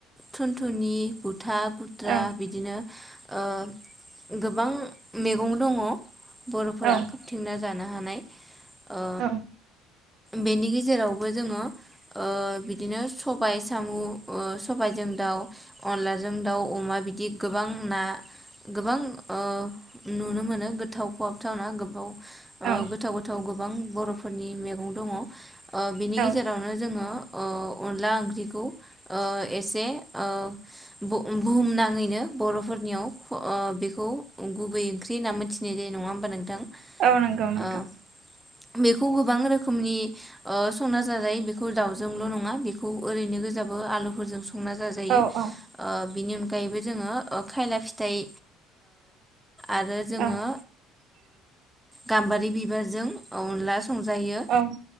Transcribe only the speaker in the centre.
थुनथुनि बुथ था गुथ्रा
बिदिनो ओ गोबां मैगं दङ। बर'फोरा
खाबथिंना जानो हानाय ओ
बेनि गेजेरावबो जोङो ओ बिदिनो सबाय सामु ओ सबायजों दाउ अनलाजों दाउ अमा बिदि गोबां ना गोबां ओ नुनो मोनो गोथाव खहाब थावना गोबाव
गोथाव गोथाव गोबां बर'फोरनि मैगं दङ। ओ बिनि
गेजेरावनो जोङो अन अनला ओंख्रिखौ ओ एसे ओ बु-बुहुम नाङैनो बर'फोरनि ओ बेखौ गुबै ओंख्रि होनना मोनथिनाय जायो नङा होमबा नोंथां?
औ बेखौ गोबां रोखोमनि संना जाजायो बेखौ दाउजोंल' नङा बेखौ ओरैनो गोजाबो आलुफोरजों संना जाजायो
बिनि अन अनगायैबो जोङो खायला फिथाइ आरो जोङो
गाम्बारि बिबारजों अनला संजायो